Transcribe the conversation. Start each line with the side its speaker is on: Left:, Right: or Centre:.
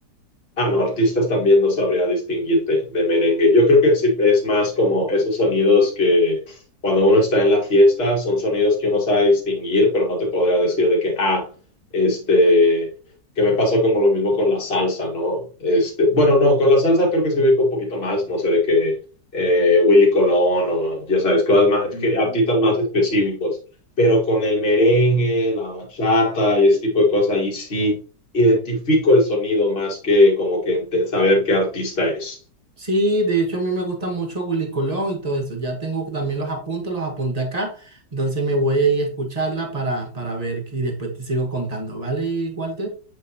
Left: Ah, no, artistas también no sabría distinguirte de merengue. Yo creo que sí, es más como esos sonidos que cuando uno está en la fiesta son sonidos que uno sabe distinguir, pero no te podría decir de que, ah, este, que me pasó como lo mismo con la salsa, ¿no? Este, bueno, no, con la salsa creo que se ubica un poquito más, no sé, de que eh, Willy Colón o ya sabes, cosas más,
Right: Willy
Left: que
Right: Colón.
Left: artistas más específicos. Pero con el merengue, la bachata y ese tipo de cosas, ahí sí identifico el sonido más que como que ente- saber qué artista es.
Right: Sí, de hecho a mí me gusta mucho Willy Colón y todo eso. Ya tengo también los apuntes, los apunté acá. Entonces me voy a ir a escucharla para, para ver y después te sigo contando. ¿Vale, Walter?